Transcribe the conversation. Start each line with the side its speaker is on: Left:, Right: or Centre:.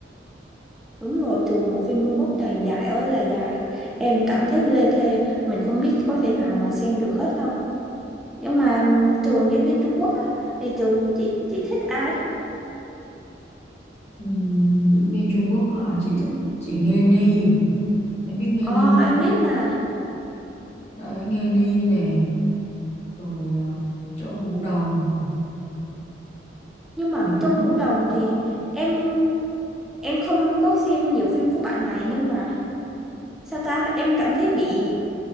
Centre: đúng rồi thường bộ phim Trung Quốc toàn dài ơi là dài em cảm thấy lê thê mình không biết có thể nào mà xem được hết không nhưng mà ừm, trường diễn viên Trung Quốc á, thì trường chị chị thích ai
Left: Ừ, diễn viên Trung Quốc họ chỉ thích chị Nghê Ni em biết Nghê
Centre: ờ
Left: Ni không
Centre: em biết là
Left: đấy Nghê Ni nè rồi ờ, Châu Vũ Đồng
Centre: nhưng mà
Left: những
Centre: Châu Vũ Đồng
Left: ờ,
Centre: thì em em không có xem nhiều phim của bạn này nhưng mà sao ta em cảm thấy bị